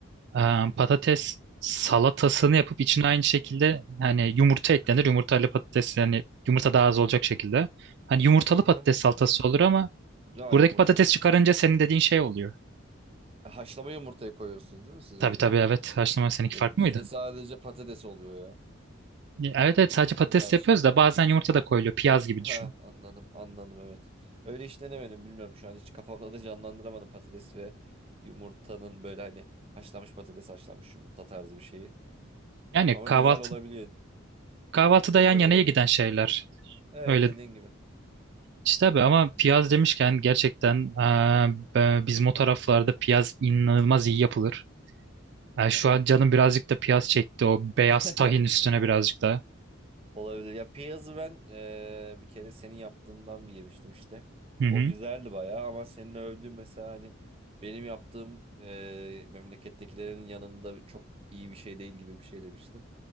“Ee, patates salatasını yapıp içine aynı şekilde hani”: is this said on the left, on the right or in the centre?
Right